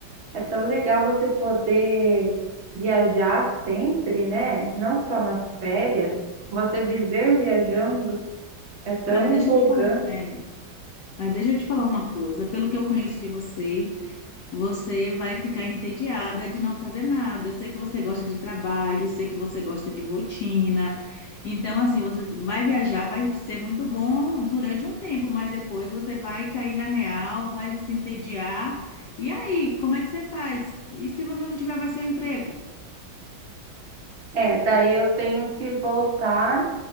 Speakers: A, on the right; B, on the left.
A: É tão legal você poder viajar sempre, né? Não só nas férias, você viver viajando é tão
B: Mas
A: empolgante.
B: deixa eu te falar, é, mas deixa eu te falar uma coisa. Pelo que eu conheço de você Você vai ficar entediada de não fazer nada. Eu sei que você gosta de trabalho, eu sei que você gosta de rotina. Então, assim, você vai viajar, vai ser muito bom durante um tempo, mas depois você vai cair na real, vai se entediar. E aí, como é que você faz? E se você não tiver mais seu emprego?
A: É, daí eu tenho que voltar